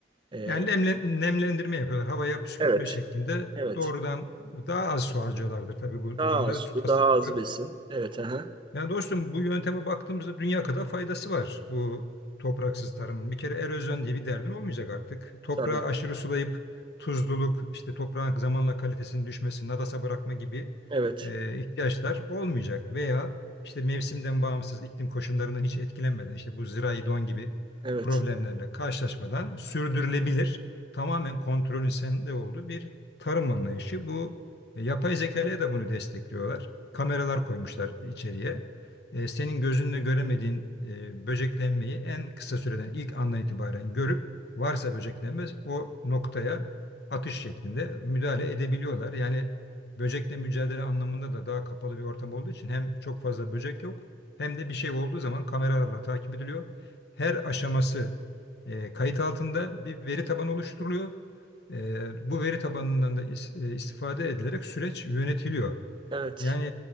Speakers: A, on the right; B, on the left.
A: E,
B: Yani lemle- nemlendirme yapıyorlar. Havaya püskürtme
A: evet,
B: şeklinde
A: evet.
B: doğrudan daha az su harcıyorlardır tabii bu
A: Daha
B: durumda.
A: az
B: Su
A: su,
B: tasarrufu
A: daha az besin. Evet, aha.
B: Yani dostum bu yönteme baktığımızda dünya kadar faydası var bu topraksız tarımın. Bir kere erozyon diye bir derdin olmayacak artık. Toprağı
A: Tabii.
B: aşırı sulayıp tuzluluk, işte toprağın zamanla kalitesinin düşmesi, nadasa bırakma gibi
A: Evet,
B: e, ihtiyaçlar olmayacak. Veya işte mevsimden bağımsız iklim koşullarından hiç etkilenmeden işte bu zirai don gibi
A: evet,
B: problemlerle karşılaşmadan sürdürülebilir, tamamen kontrolün sende olduğu bir tarım anlayışı. Bu e, yapay zekaya da bunu destekliyorlar. Kameralar koymuşlar içeriye e, senin gözünle göremediğin e, böceklenmeyi en kısa süreden ilk andan itibaren görüp varsa böceklenme o noktaya atış şeklinde müdahale edebiliyorlar. Yani böcekle mücadele anlamında da daha kapalı bir ortam olduğu için hem çok fazla böcek yok hem de bir şey olduğu zaman kameralarla takip ediliyor. Her aşaması e, kayıt altında bir veri tabanı oluşturuluyor. E, bu veri tabanından da is- e, istifade edilerek süreç yönetiliyor.
A: evet,
B: Yani